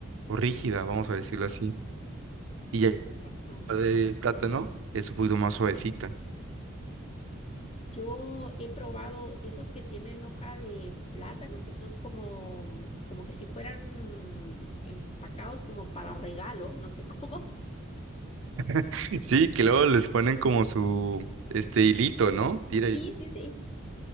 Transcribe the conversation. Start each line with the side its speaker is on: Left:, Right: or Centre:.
Right: o rígida, vamos a decirlo así. Y ya
Left: tienes razón.
Right: de plátano es un poquito más suavecita.
Left: Yo he probado esos que tienen hoja de plátano, que son como, como que si fueran empacados como para regalo, no sé cómo. <laughs>
Right: <laughs> Sí, que luego les ponen como su, este hilito, ¿no? Tira
Left: Sí,
Right: y...
Left: sí, sí.